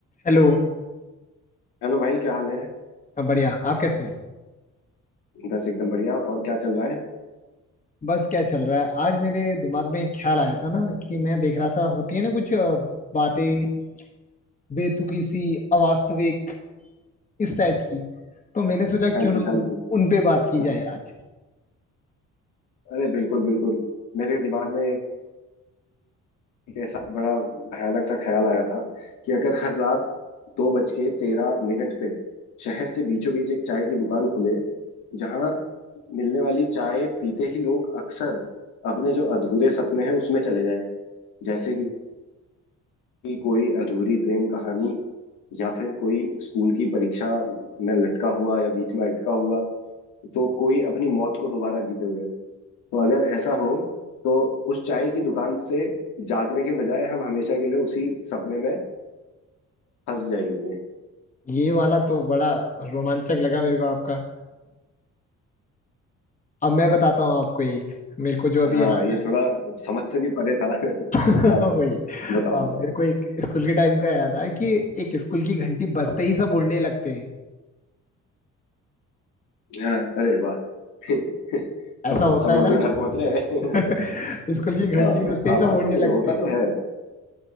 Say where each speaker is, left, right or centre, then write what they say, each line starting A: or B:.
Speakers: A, on the left; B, on the left.
A: हेलो
B: Hello भाई क्या हाल है
A: मैं बढ़िया आप कैसे हैं
B: बस एकदम बढ़िया और क्या चल रहा है
A: बस क्या चल रहा है आज मेरे दिमाग में एक ख्याल आया था ना कि मैं देख रहा था होती है ना कुछ अ, बातें बेतुकी सी अवास्तविक इस टाइप की तो मैंने सोचा क्यों
B: हाँ जी
A: ना
B: हाँ
A: उन,
B: जी
A: उन पे बात की
B: हाँ।
A: जाए आज
B: अरे बिल्कुल बिल्कुल मेरे दिमाग में एक एक ऐसा बड़ा भयानक सा ख्याल आया था कि अगर हर रात दो बज के तेरह मिनट पे शहर के बीचों बीच एक चाय की दुकान खुले जहाँ मिलने वाली चाय पीते ही लोग अक्सर अपने जो अधूरे सपने हैं उसमें चले जाएं जैसे कि कोई अधूरी प्रेम कहानी या फिर कोई स्कूल की परीक्षा में लटका हुआ या बीच में अटका हुआ तो कोई अपनी मौत को दोबारा जीते हुए तो अगर ऐसा हो तो उस चाय की दुकान से जागने के बजाय हम हमेशा के लिए उसी सपने में फंस जाएंगे
A: ये वाला तो बड़ा रोमांचक लगा मेरे को आपका अब मैं बताता हूँ आपको एक मेरे को जो अभी
B: हाँ
A: याद
B: ये थोड़ा समझ से भी परे था <laughs>
A: <laughs>
B: हाँ
A: वही
B: बताओ
A: अब
B: बताओ
A: मेरे को एक स्कूल के टाइम का याद आया कि एक स्कूल की घंटी बजते ही सब उड़ने लगते हैं
B: हाँ अरे वाह <laughs>
A: ऐसा
B: सब
A: होता
B: सब
A: है
B: उड़
A: ना
B: के घर पहुंच रहे हैं
A: <laughs>
B: <laughs>
A: स्कूल की घंटी
B: हाँ
A: बजते
B: हाँ
A: ही सब
B: बात
A: उड़ने
B: तो सही
A: लगते
B: है, होता
A: हैं
B: तो है ऐसा